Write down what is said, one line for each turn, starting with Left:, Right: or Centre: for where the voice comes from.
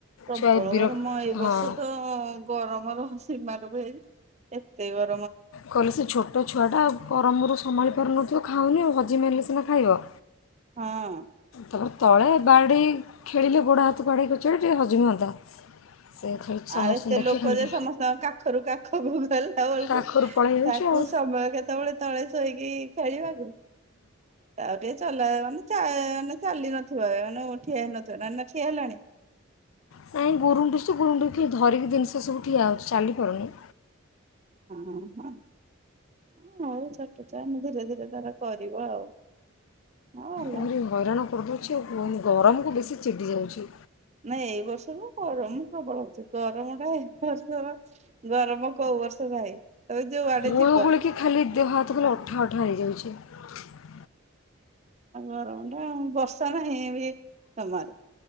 Right: ପ୍ରବଳ
Left: ଛୁଆ ବିରକ୍ତ
Right: ଗରମ ଏଇ ବର୍ଷ
Left: ହଁ
Right: ତ ଗରମର ସୀମା <unintelligible> ଏତେ ବା
Left: କହିଲେ ସେ ଛୋଟ ଛୁଆଟା ପରମରୁ ସମାଳି କରନ ତ ଖାଉନି ଆଉ ହଜମ ହେଲେ ସିନା ଖାଇବ।
Right: ହଁ।
Left: ତାପରେ ତ ତଳେ ବାଡ଼ି ଖେଳିଲେ ଗୋଡ଼ ହାତ କଡ଼େଇ କଚାଡୁଚି, ହଜମ ହୁଅନ୍ତା। ସେ ଖାଲି ସମସ୍ତଙ୍କୁ
Right: ଆଉ ଏତେ
Left: ଦେଖି
Right: ଲୋକ
Left: ଖାଲି
Right: ଯେ ସମସ୍ତଙ୍କ କାଖରୁ କାଖକୁ ଗଲା ବେଳକୁ
Left: କାଖରୁ ପଳେଇ ଯାଉଛି
Right: ତାକୁ
Left: ଆଉ
Right: ସମୟ କେତେବେଳେ ତଳେ ଶୋଇକି ଖେଳିବାକୁ ଆଉ ଟିକେ ଚଲା ମାନେ ନେ ଚାଲି ନଥିବ ଠିଆ ହେଇନଥିବ ନ ନା ଠିଆ ହେଲାଣି।
Left: ନାଇଁ ଗୁରୁଣ୍ଡ ତ ଗୁରୁଡି ଧରିକି ଜିନିଷ ସବୁ ଠିଆ ହେଉଛି ଚାଲିପାରୁନି।
Right: ହ ହ ହଉ ଛୋଟ ଚାମେ ଧୀରେ ଧୀରେ ତାର କରିବ ଆଉ। ହଁ ଭଲ
Left: ଏର ଭରାଣ ପତଛି ପନୁ ଗରମକୁ ବେଶି ଚିଟି ଯାଉଛି।
Right: ନାଇଁ ଏଇ ବର୍ଷ ତ ଗରମ ପ୍ରବଳ ହଉଛି ଗରମ ଟା ଏ ବର୍ଷର ଗରମ କୋଉ ବର୍ଷ ନାହିଁ। ତମେ ଯୋଉଆଡେ
Left: ଗୋଳୁ
Right: ଯିବ
Left: ଗୋଳିକ କି ଖାଲି ଦେହ ହାତ ଖାଲି ଅଠା ଅଠା ହେଇଯାଉଛି। <inaudible>
Right: ଆଉ ଘ ରଣ୍ଡ ବସ୍ତ ନା ଏ ବି ତମାରୁ